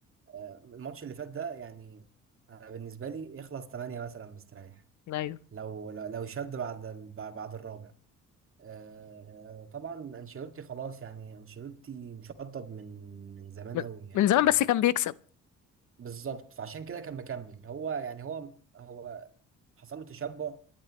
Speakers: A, on the right; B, on the left.
A: آه، الماتش اللي فات ده يعني انا بالنسبة لي يخلص 8 مثلا مستريح
B: ايوه
A: لو لو لو شد بعد ال- بعد الرابع آه طبعا انشيلوتي خلاص يعني انشيلوتي مشطب من من زمان
B: من,
A: قوي يعني
B: من زمان بس كان بيكسب
A: بالظبط فعشان كده كان مكمل هو يعني هو هو حصل له تشبع